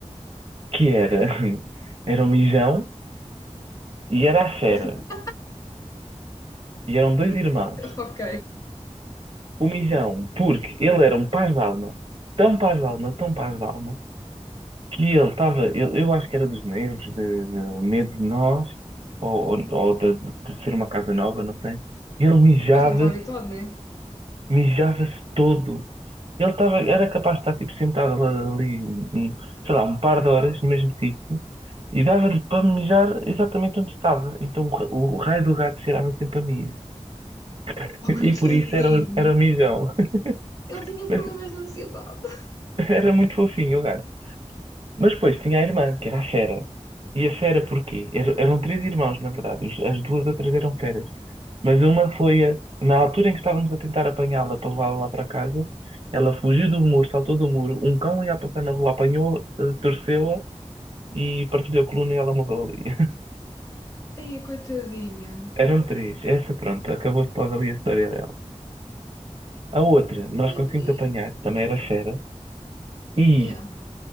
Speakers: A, on the right; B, on the left.
A: que era, <laughs> era o Mijão e era a Fera,
B: <laughs>
A: e eram dois irmãos.
B: Ok.
A: o Mijão, porque ele era um paz de alma, tão paz de alma, tão paz de alma, que ele estava, eu, eu acho que era dos nervos, de, de medo de nós, ou, ou, ou de, de ser uma casa nova, não sei. Ele mijava-se,
B: Pois não está habituado, né? <laughs>
A: mijava-se todo. Ele estava, era capaz de estar tipo, sentado ali, ali, um, um, sei lá, um par de horas no mesmo sítio, e dava-lhe para mijar exatamente onde estava. Então o, ra- o raio do gato cheirava sempre a mijo. <laughs>
B: Oh, coitadinho.
A: E por isso era, o- era o mijão.
B: Ele
A: <laughs>
B: tinha
A: Mas
B: problemas de ansiedade.
A: era muito fofinho o gato. Mas depois tinha a irmã, que era a Fera. E a Fera porquê? Era- Eram três irmãos, na verdade. Os- As duas outras eram feras. Mas uma foi, a- na altura em que estávamos a tentar apanhá-la para levá-la lá para casa, ela fugiu do muro, saltou do muro, um cão ia passar na rua, apanhou, eh, torceu-a e partilhou a coluna e ela morreu ali. <laughs>
B: Ai, coitadinha.
A: Eram três. Essa, pronto, acabou-se logo ali a história dela. A outra,
B: Coitadinha.
A: nós conseguimos apanhar, também era fera, e
B: Yeah.